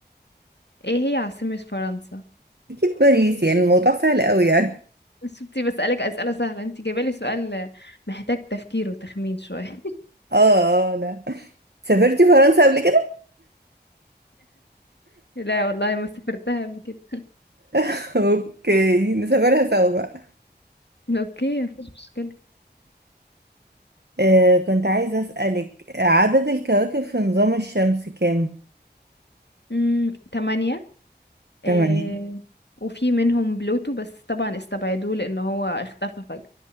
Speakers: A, on the left; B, on the right.
A: إيه هي عاصمة فرنسا؟
B: اكيد باريس يعني الموضوع سهل قوي يعني
A: <laughs> شفتي بسألك أسئلة سهلة أنت جايبالي سؤال آه، محتاج تفكير وتخمين شوية
B: اه اه لا سافرتي فرنسا قبل كده
A: لا والله ما سافرتها قبل كده
B: <laughs> اوكي نسافرها سوا بقى
A: اوكي مفيش مشكلة
B: آه كنت عايزة اسألك عدد الكواكب في نظام الشمس كام
A: امم تمانية
B: تمانية
A: آه وفي منهم بلوتو بس طبعا استبعدوه لان هو اختفى فجأة